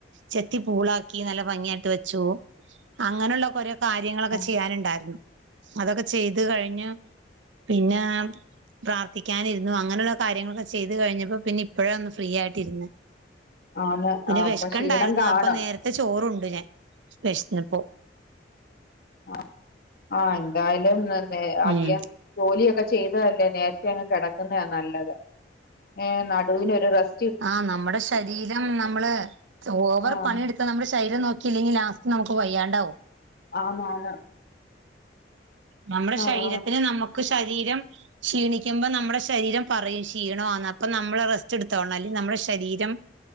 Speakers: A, on the right; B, on the left.
A: ചെത്തി പൂളാക്കി നല്ല ഭംഗിയായിട്ട് വെച്ചു അങ്ങനെയുള്ള കൊരേ കാര്യങ്ങളൊക്കെ
B: ആഹ്
A: ചെയ്യാനുണ്ടാരുന്നു അതൊക്കെ ചെയ്ത് കഴിഞ്ഞു പിന്നെ പ്രാർ ത്ഥിക്കാനിരുന്നു അങ്ങനൊള്ള കാര്യങ്ങളൊക്കെ ചെയ്തു കഴിഞ്ഞപ്പോ പിന്നെ ഇപ്പഴാ ഒന്ന് ഫ്രീആയിട്ടിരുന്നേ
B: ആന്ന്
A: പിന്നെ
B: ആഹ്
A: വെശ്ക്കണ്ടായിരുന്നു
B: അപ്പൊ ക്ഷീണം കാണും
A: അപ്പൊ നേരത്തെ ചോറുണ്ടു ഞാൻ വെശ്ന്നപ്പോ
B: ആഹ് ആഹ് എന്തായാലും ന്നെ വേ അധികം
A: ഉം
B: ജോലിയൊക്കെ ചെയ്തതല്ലേ നേരത്തെ അങ്ങ് കെടക്കുന്നയ നല്ലത് ഏഹ് നടുവിനൊരു റെസ്റ്റ്‌
A: ആഹ് നമ്മടെ ശരീരം നമ്മള് ഓവർ
B: ആഹ്
A: പണിയെടുത്താ നമ്മടെ ശരീരം നോക്ക ക്കില്ലെങ്കി ലാസ്റ്റ് നമുക്ക് വയ്യാണ്ടാവും
B: ആന്നു ആന്ന്
A: നമ്മുടെ
B: ആഹ്
A: ശരീരത്തിന് നമുക്ക് ശരീരം ക്ഷീണിക്കുമ്പോ നമ്മുടെ ശരീരം പറയും ക്ഷീണാവാന്ന് അപ്പൊ നമ്മള് റെസ്റ്റ് എടുത്തോളണം അല്ലെ നമ്മുടെ ശരീരം